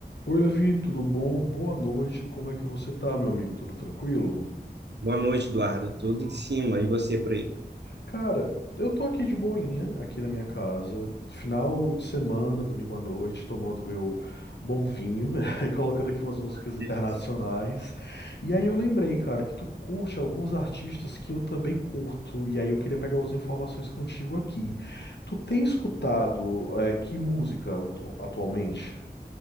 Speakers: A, on the left; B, on the right.
A: Oi, Levi, tudo bom? Boa noite. Como é que você tá, meu amigo? Tudo tranquilo?
B: Boa noite, Eduardo. Tudo em cima. E você por aí?
A: Cara, eu tô aqui de boinha, aqui na minha casa, final de semana, domingo à noite, tomando meu bom vinho, <laughs> e colocando aqui umas músicas
B: Delícia.
A: internacionais. E aí eu lembrei, cara, que tu curte alguns artistas que eu também curto, e aí eu queria pegar as informações contigo aqui. Tu tem escutado, eh, que música atu- atualmente?